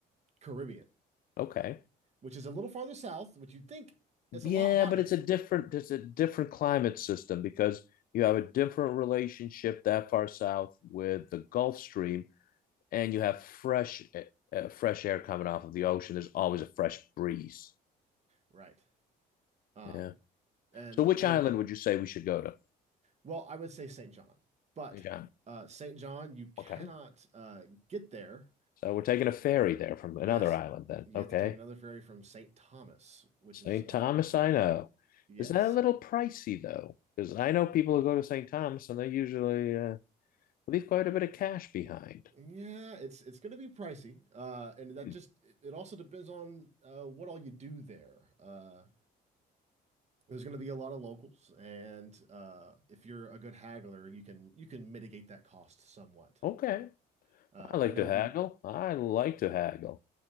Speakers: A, on the right; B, on the left.
A: Caribbean,
B: Okay.
A: which is a little farther south, which you'd think is
B: Yeah,
A: a lot hotter,
B: but it's a different it's a different climate system because you have a different relationship that far south with the Gulf Stream and you have fresh uh, fresh air coming off of the ocean. There's always a fresh breeze.
A: right? Um
B: Yeah.
A: and
B: So which
A: you're
B: island
A: getting
B: would you say we should go to?
A: well, I would say St. John, but
B: Which island?
A: uh St. John you cannot
B: Okay.
A: uh get there
B: So we're taking a ferry there from
A: Yes,
B: another island then.
A: you
B: Okay.
A: have to take another ferry from St. Thomas, which
B: St.
A: is uh
B: Thomas, I know.
A: yes.
B: Is that a little pricey though? Because I know people who go to St. Thomas and they usually uh, leave quite a bit of cash behind.
A: Yeah, it's it's going to be pricey. Uh and that
B: Hmm.
A: just it it also depends on uh what all you do there. Uh there's going to be a lot of locals and uh if you're a good haggler, you can you can mitigate that cost somewhat.
B: Okay.
A: Uh
B: I like
A: I know
B: to haggle.
A: we
B: I like to haggle.